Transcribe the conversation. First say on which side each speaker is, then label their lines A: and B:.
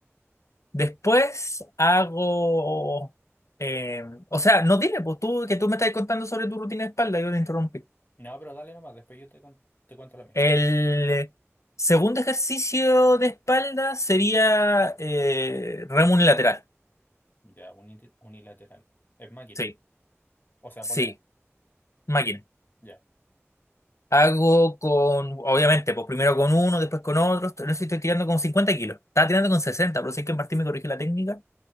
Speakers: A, on the left (about 80°); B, on the left (about 40°).
A: Después hago... eh, o sea, no dime, pues tú que tú me estás contando sobre tu rutina de espalda, yo te interrumpí.
B: No, pero dale nomás, después yo te, con- te cuento la mía.
A: El segundo ejercicio de espalda sería eh, remo unilateral.
B: Ya, uni- unilateral. Es máquina.
A: Sí,
B: O sea,
A: sí,
B: polea.
A: máquina.
B: Ya,
A: Hago con, obviamente, pues primero con uno, después con otro. Estoy- No sé si estoy tirando con 50 kilos. Estaba tirando con 60 pero sé que Martín me corrige la técnica.